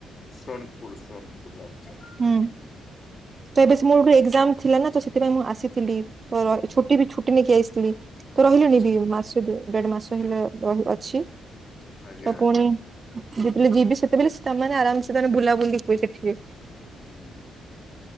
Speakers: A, on the left; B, on the right.
A: ସୋନପୁର୍ ସନ୍ <unintelligible>
B: ହୁଁ ତ ଏବେ ମୋର ଗୋଟେ ଏକ୍ଜାମ୍ ଥିଲା ନା ତ ସେଥିପାଇଁ ମୁଁ ଆସିି ଥିଲି, ତ ଛୁଟି ବି ଛୁଟି ନେଇକି ଆସ୍ ଥିଲି ତ ରହିଲିଣିି
A: ଆଚ୍ଛା
B: ବି
A: ଆଚ୍ଛା।
B: ମାସେ ଦେଢ ମାସେ। <unintelligible> ରହିଅଛି ତ
A: ଆଜ୍ଞା ଆଜ୍ଞା
B: ପୁଣି
A: ଆଜ୍ଞା
B: ଯେତେବେଳେ ଯିବି ସେତେବେଳେ ସେମାନେ ଆରାମ୍ ସେ ବୁଲାବୁଲି ହୁଏ ସେଠି
A: ହୁଁ।